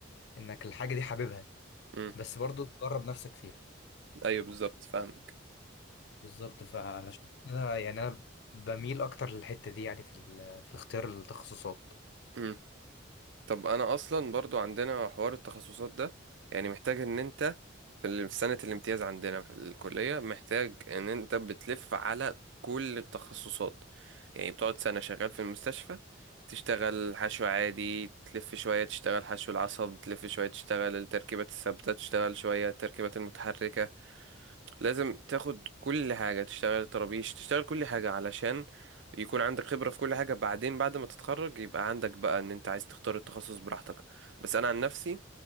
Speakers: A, on the left; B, on the right.
A: انك الحاجه دي حاببها
B: امم
A: بس برضو تجرب نفسك فيها
B: ايوه بالظبط فاهمك
A: بالظبط فعلشان كده يعني انا بميل اكتر للحته دي يعني في ال- في اختيار التخصصات
B: امم طب انا اصلا برضو عندنا حوار التخصصات ده يعني محتاج ان انت في ال- في سنه الامتياز عندنا في الكليه محتاج ان انت بتلف على كل التخصصات يعني بتقعد سنه شغال في المستشفى تشتغل حشو عادي تلف شوية تشتغل حشو العصب تلف شوية تشتغل التركيبات الثابتة تشتغل شوية التركيبات المتحركة لازم تاخد كل حاجة تشتغل طرابيش تشتغل كل حاجة علشان يكون عندك خبرة في كل حاجة بعدين بعد ما تتخرج يبقى عندك بقى ان انت عايز تختار التخصص براحتك بس انا عن نفسي